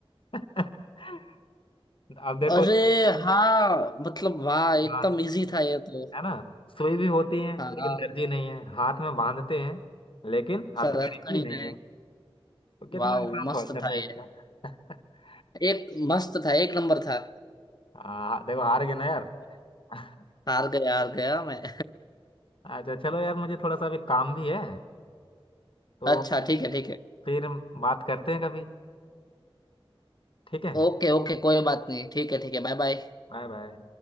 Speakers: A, on the left; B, on the left.
A: <laughs> अब देखो
B: अरे हाँ मतलब वाह एकदम
A: हाँ
B: इजी था ये तो
A: है ना सुई भी होती है
B: हाँ
A: लेकिन दर्जी नहीं है हाथ में बांधते हैं लेकिन हथकड़ी
B: फरहत खड़ी
A: भी नहीं
B: ने
A: है तो कितना
B: वाह
A: आसान
B: मस्त
A: तो आंसर
B: था
A: था
B: ये
A: इसका <laughs>
B: एक मस्त था एक नंबर था
A: हाँ देखो हार गए ना यार <laughs>
B: <laughs> हार गया हार गया मैं
A: अच्छा चलो यार मुझे थोड़ा सा अभी काम भी है
B: <laughs>
A: तो
B: अच्छा ठीक है ठीक है
A: फिर बात करते हैं कभी ठीक है
B: ओके ओके कोई बात नहीं ठीक है ठीक है बाय बाय
A: Bye bye